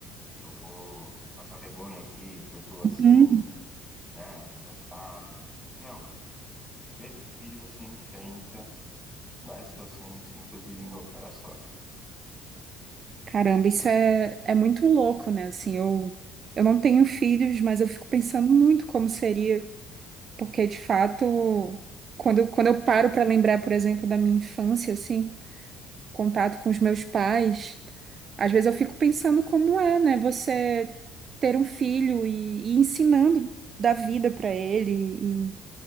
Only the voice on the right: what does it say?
Uhum.
Caramba, isso é, é muito louco, né? Assim, eu, eu não tenho filhos, mas eu fico pensando muito como seria, porque de fato, quando, quando eu paro para lembrar, por exemplo, da minha infância, assim, contato com os meus pais, às vezes eu fico pensando como é, né? Você ter um filho e, e ensinando da vida para ele e,